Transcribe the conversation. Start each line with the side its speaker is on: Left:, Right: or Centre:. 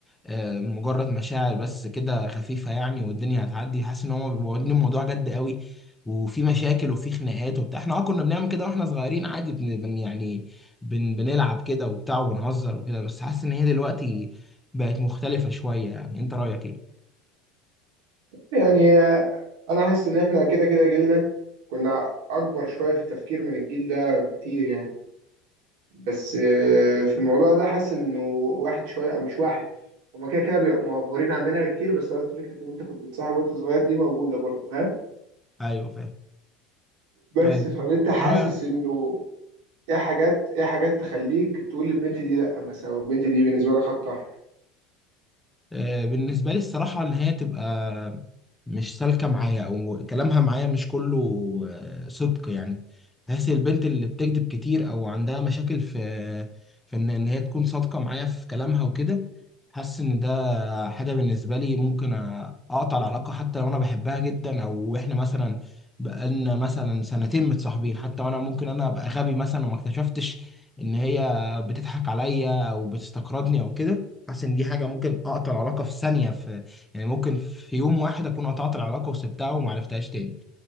Centre: آه، مجرد مشاعر بس كده خفيفة يعني والدنيا هتعدي حاسس ان هما بيبقوا واخدين الموضوع جد قوي وفي مشاكل وفي خناقات وبتاع احنا اه كنا بنعمل كده واحنا صغيرين عادي بن بن- يعني بن بنلعب كده وبتاع وبنهزر وكده بس حاسس ان هي دلوقتي بقت مختلفة شوية يعني انت رأيك ايه؟
Right: يعني آه، انا حاسس ان احنا كده كده جيلنا كنا اكبر شوية في التفكير من الجيل ده بكتير يعني بس آه، في الموضوع ده حاسس انه واحد شويه او مش واحد هما كده كده بيبقوا مغفورين عننا بكتير بس قصدي فكره ان انت كنت بتصاحب وانت صغير دي موجوده برضه فاهم
Centre: ايوه فاهم
Right: بس
Centre: طيب
Right: فانت حاسس
Centre: رأيك
Right: انه ايه حاجات ايه حاجات تخليك تقول للبنت دي لا مثلا او البنت دي بالنسبه لها خط احمر
Centre: آه، بالنسبة لي الصراحة إن هي تبقى مش سالكة معايا أو كلامها معايا مش كله آه، صدق يعني بحس البنت اللي بتكذب كتير أو عندها مشاكل في في إن إن هي تكون صادقة معايا في كلامها وكده حاسس إن ده حاجة بالنسبة لي ممكن أ- أقطع العلاقة حتى لو أنا بحبها جدا أو إحنا مثلا بقالنا مثلا سنتين متصاحبين حتى وأنا ممكن أنا أبقى غبي مثلا وما اكتشفتش إن هي بتضحك عليا أو بتستقرضني أو كده حاسس ان دي حاجه ممكن اقطع العلاقه في ثانيه في يعني ممكن في يوم واحد اكون قطعت العلاقه وسبتها وما عرفتهاش تاني